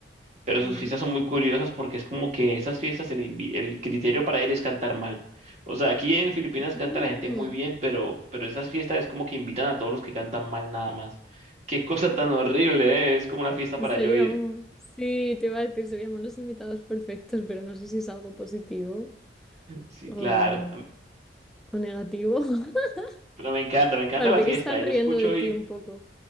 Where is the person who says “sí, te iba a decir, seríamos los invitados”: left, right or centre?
Centre